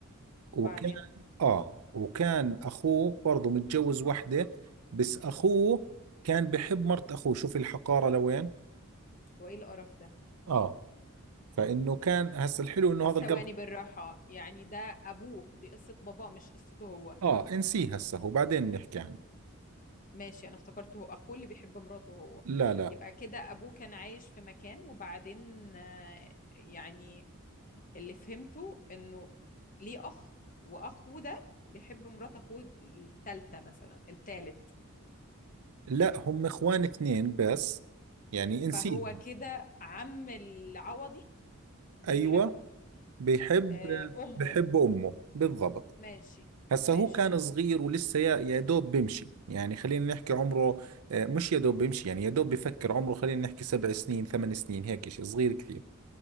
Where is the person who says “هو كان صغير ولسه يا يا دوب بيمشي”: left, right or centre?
Right